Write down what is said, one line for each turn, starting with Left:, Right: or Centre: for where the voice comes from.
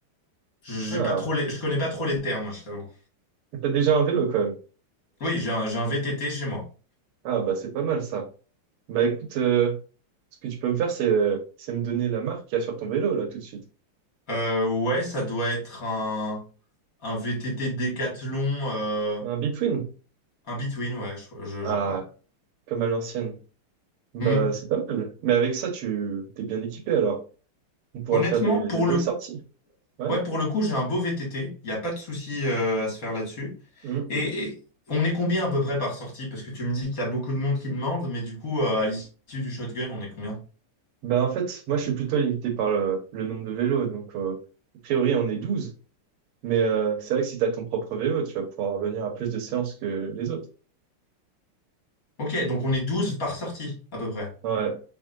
Left: je j'ai
Right: Ah,
Left: pas trop les, je connais pas trop les termes, je t'avoue.
Right: t'as déjà un vélo, quand même.
Left: Oui, j'ai un, j'ai un VTT chez moi.
Right: Ah, bah c'est pas mal, ça. Bah écoute... euh, Ce que tu peux me faire, c'est euh, c'est me donner la marque qu'il y a sur ton vélo, là, tout de suite.
Left: Euh, ouais, ça doit être un, un VTT Décathlon, euh,
Right: Un Between.
Left: un Between, ouais, je, je-
Right: Ah,
Left: je crois.
Right: comme à l'ancienne. Bah,
Left: Hmm.
Right: c'est pas mal. Mais avec ça, tu t'es bien équipé, alors. On pourra
Left: Honnêtement,
Right: faire des,
Left: pour
Right: des belles
Left: le coup,
Right: sorties. Ouais.
Left: ouais, pour le coup, j'ai un beau VTT. Il n'y a pas de souci, euh, à se faire là-dessus.
Right: Mhm.
Left: Et, et on est combien à peu près par sortie? Parce que tu me dis qu'il y a beaucoup de monde qui demande, mais du coup, euh, à l'issue du shotgun, on est combien?
Right: Bah, en fait, moi, je suis plutôt limité par le, le nombre de vélos. Donc, euh, a priori, on est 12. Mais euh, c'est vrai que si tu as ton propre vélo, tu vas pouvoir venir à plus de séances que les autres.
Left: Ok, donc on est 12 par sortie, à peu près.
Right: Ouais,